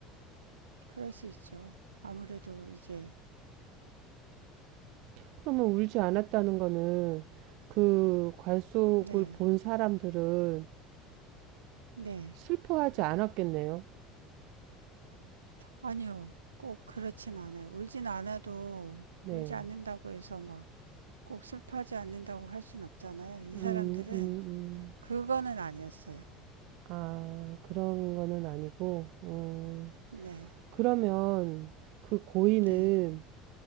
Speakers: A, on the right (about 80°); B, on the right (about 60°).
A: 그럴 수 있죠. 아무래도 이제,
B: 그러면 울지 않았다는 거는 그 관속을
A: 네,
B: 본 사람들은
A: 네.
B: 슬퍼하지 않았겠네요.
A: 아니요, 꼭 그렇진 않아요. 울진 않아도,
B: 네.
A: 울지 않는다고 해서 막 꼭 슬퍼하지 않는다고 할 순 없잖아요. 이
B: 음,
A: 사람들은
B: 음, 음.
A: 그거는 아니었어요.
B: 아, 그런 거는 아니고, 음.
A: 네,
B: 그러면 그 고인은
A: 네,